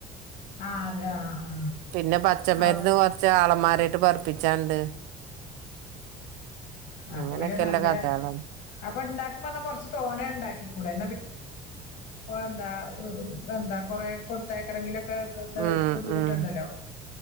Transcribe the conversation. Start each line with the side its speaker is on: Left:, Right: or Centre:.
Left: അഹ് അത് ആഹ്
Right: പിന്നെ പച്ചമരുന്ന്
Left: ആഹ്
Right: കൊറച്ച് ആളമ്മാരെ <unintelligible> വാർപ്പിച്ചാണ്ടെ
Left: അപ്പോ
Right: അങ്ങനെയൊക്കെല്ല
Left: പിന്നെ നല്ല
Right: കഥകളാണ്
Left: അപ്പോ ഇണ്ടാക്കോ അതോ കൊറച്ച് <unintelligible> ഇണ്ടാക്കിക്കൂടെ <unintelligible> എന്താ എന്താ കൊറേ <unintelligible> <unintelligible>
Right: ഉം
Left: ബുദ്ധിമുട്ടിണ്ടല്ലോ
Right: ഉം